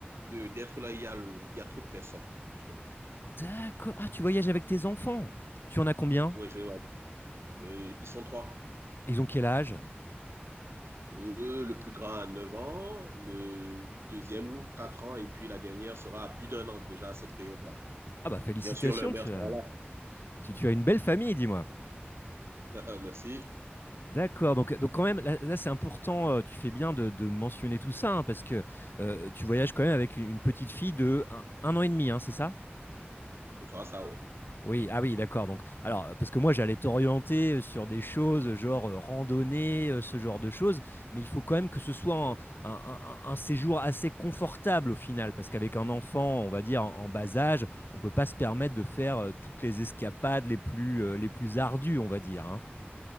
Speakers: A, on the right; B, on the left.
A: d'être là, il y, a le, il y a trop de personnes, justement.
B: D'accord. Ah, tu voyages avec tes enfants. Tu en as combien?
A: Oui, je vais voir. Euh, ils sont trois.
B: Ils ont quel âge?
A: Euh, le plus grand a 9 ans, le deuxième 4 ans, et puis la dernière sera à plus d'un an déjà à cette période-là.
B: Ah bah
A: Et
B: félicitations,
A: Bien sûr, le maire
B: tu
A: sera
B: as, tu, tu as une belle famille, dis-moi.
A: là. <laughs> Merci.
B: D'accord, donc, donc quand même, là, là, c'est important, euh, tu fais bien de, de mentionner tout ça, hein, parce que euh, tu voyages quand même avec une, une petite fille de un, un an et demi, hein, c'est ça?
A: Ce sera ça,
B: Oui, ah oui, d'accord. Donc, alors, euh, parce que moi, j'allais t'orienter euh, sur des choses, genre euh, randonnée, euh, ce genre de choses, mais il faut quand même que ce soit
A: oui.
B: un, un- un- un séjour assez confortable au final, parce qu'avec un enfant, on va dire, en, en bas âge, on peut pas se permettre de faire euh, toutes les escapades les plus, euh, les plus ardues, on va dire, hein.